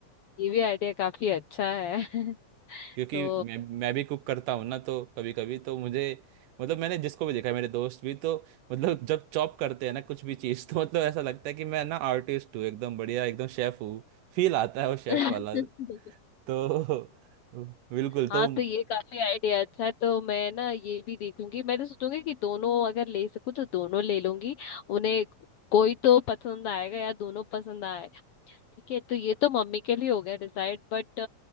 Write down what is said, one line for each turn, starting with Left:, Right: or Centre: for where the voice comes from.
Left: ये भी आइडिया काफी अच्छा है <laughs>
Right: क्योंकि
Left: तो
Right: मैं मैं भी कुक करता हूँ ना तो कभी कभी तो मुझे मतलब मैंने जिसको भी देखा है मेरे दोस्त भी तो मतलब जब चॉप करते हैं ना कुछ भी चीज़ <laughs> तो मतलब ऐसा लगता है कि मैं ना आर्टिस्ट हूँ एकदम बढ़िया एकदम शेफ हूँ फील आता है वो शेफ
Left: बिल्कुल
Right: वाला तो <laughs> बिल्कुल तो
Left: हाँ तो ये काफी आइडिया अच्छा है तो मैं ना ये भी देखूंगी मैं तो सोचूंगी कि दोनों अगर ले सकूँ तो दोनों ले लूंगी उन्हें कोई तो पसंद आएगा या दोनों पसंद आए ठीक है तो ये तो मम्मी के लिए हो गया डिसाइड बट